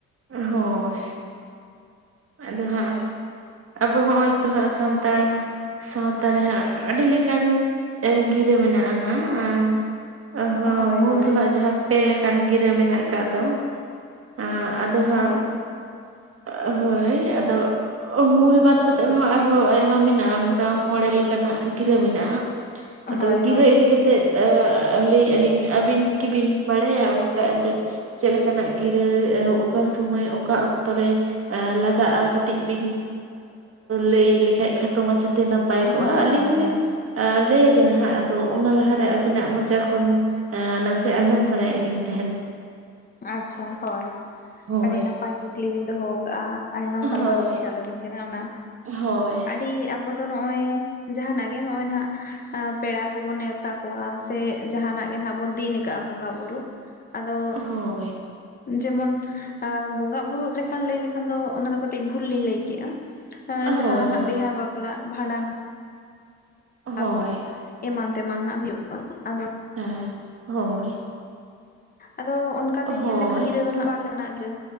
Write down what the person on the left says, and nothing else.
ᱦᱳᱭ
ᱦᱳᱭ
ᱦᱳᱭ
ᱦᱳᱭ ᱦᱳᱭ
ᱦᱳᱭ
ᱦᱳᱭ
ᱦᱳᱭ
ᱟᱪᱪᱷᱟ ᱦᱳᱭ
ᱟᱹᱰᱤ ᱱᱟᱯᱟᱭ ᱠᱩᱠᱞᱤ ᱵᱤᱱ ᱫᱚᱦᱚ ᱟ ᱟᱭᱢᱟ ᱥᱟᱨᱦᱟᱣ
ᱞᱤᱧ ᱪᱟᱞ ᱟᱵᱤᱱ ᱠᱟᱱᱟ ᱚᱱᱟ
ᱟᱹᱰᱤ ᱟᱵᱚ ᱫᱚ ᱱᱚᱜ-ᱚᱭ ᱡᱟᱦᱟᱱᱟᱜ ᱜᱮ ᱱᱚᱜ-ᱚᱭ ᱱᱟᱦᱟᱸᱜ ᱯᱮᱲᱟ ᱠᱚᱵᱚᱱ ᱱᱮᱶᱛᱟ ᱠᱚᱣᱟ ᱥᱮ ᱡᱟᱦᱟᱱᱟᱜ ᱜᱮ ᱱᱟᱦᱟᱜ ᱵᱚᱱ ᱫᱤᱱ ᱟᱠᱟᱜ-ᱟ ᱵᱚᱸᱜᱟ ᱵᱩᱩᱨ ᱟᱫᱚ
ᱡᱮᱢᱚᱱ ᱟ ᱵᱚᱸᱜᱟ-ᱟᱜ ᱵᱩᱨᱩᱜ ᱞᱮᱠᱷᱟᱱ ᱞᱟᱹᱭ ᱞᱮᱠᱷᱟᱱ ᱫᱚ ᱚᱱᱟᱫᱚ ᱠᱟᱹᱴᱤᱡ ᱵᱷᱩᱞ ᱞᱤᱧ ᱞᱟᱹᱭ ᱠᱮᱜ-ᱟ᱾ ᱮᱸ ᱡᱟᱦᱟᱸ
ᱫᱚ ᱱᱟᱦᱟᱸᱜ
ᱵᱤᱦᱟ ᱵᱟᱯᱞᱟᱜ, ᱵᱷᱟᱸᱰᱟᱱ
ᱟᱠᱚ ᱮᱢᱟᱱ ᱛᱮᱢᱟᱱ ᱦᱟᱸᱜ ᱦᱩᱭᱩᱜ-ᱟ ᱟᱫᱚ
ᱟᱫᱚ ᱚᱱᱠᱟᱛᱮ
ᱧᱮᱞ ᱞᱮᱠᱷᱟᱱ ᱜᱤᱨᱟᱹ ᱫᱚ ᱱᱟᱦᱟᱸᱜ ᱵᱟᱨ ᱞᱮᱠᱟᱱᱟᱜ ᱜᱤᱨᱟᱹ᱾